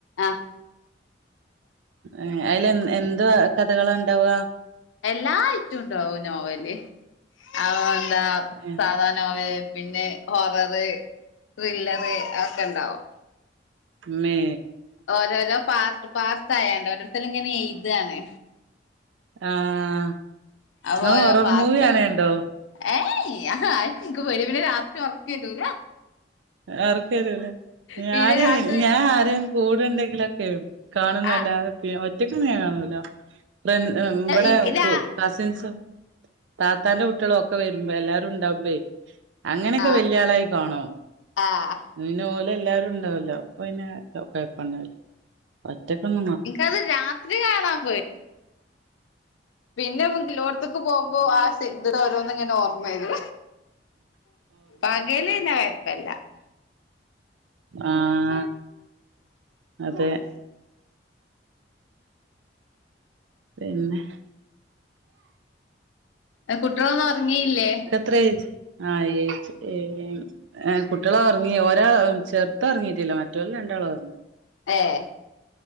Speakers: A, on the left; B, on the right.
A: ആഹ്
B: ഏഹ് അയ്ൽ എന്ന് എന്താ കഥകള് ഇണ്ടാവാ?
A: എല്ലായ്റ്റോണ്ടാവും നോവല് അവോ എന്താ
B: ഏഹ്
A: സാധാനോവല് പിന്നെ ഹോററ്, ത്രില്ലറ് അതൊക്കെണ്ടാവും.
B: ഇമ്മേ
A: ഓരോരോ പാർട്ട്പാർട്ടായണ്ട് ഓരോരുത്തർ ഇങ്ങനെഎയ്താണ്.
B: ആഹ്
A: അപ്പോഓരോ
B: നിങ്ങള് ഹൊറർ
A: പാർട്ട്
B: മൂവി കാണേണ്ടോ
A: ഏയ് അഹൊക്കെ പേടിയാ പിന്നെരാത്രിഒർ ക്കെരൂല
B: ഒർക്കെരൂല? ഞാന്
A: പിന്നെ രാത്രി
B: ഞാൻ ആരെ കൂടെണ്ടെങ്കിലൊക്കെ കാണുംന്നല്ലതെ
A: ആഹ്
B: പി ഒറ്റക്കൊന്നും ഞാനെറങ്ങൂല തെൻ ഹ് ബടെ
A: ഇൻക്ക്
B: കൂ
A: രാ
B: കസിൻസോ താത്താന്റെ കുട്ടിയാളുഒക്കെ വെരുമ്പോ എല്ലാരും ഇണ്ടാവുബെയ്. അങ്ങനൊയൊക്കെ
A: ആഹ്
B: വെല്ല്യാളായി കാണും.
A: ആഹ്
B: ഇപിന്നെ ഓല് എല്ലാരും ഇണ്ടാവല്ലോ അപ്പൊപിന്നെ കൊയപ്പണ്ടാവൂല. ഒറ്റക്കൊന്നും
A: ഇൻക്കത് രാത്രികാണാപേ പിന്നെ മ്മക്ക് എല്ലോട്ത്ക്ക് പോകുമ്പോ ആ സിദ് ഓരോന്ന്ങ്ങനെ ന്ന് ഓർമെരു പകല്ന്നെ കൊയപ്പല്ല.
B: ആഹ് അതെ പിന്നെ
A: എഹ് കുട്ടിയാളൊന്നും ഒർങ്ങില്ലേ?
B: ത്രേജ് ആഹ് ഏജ് ഏ ഏഹ് കുട്ടിയാൾ ഒർങ്ങി ഒരാൾ ചെർത് ഒർങ്ങിട്ടില്ല മറ്റോല് രണ്ടാളും ഒർങ്ങി.
A: ഏഹ്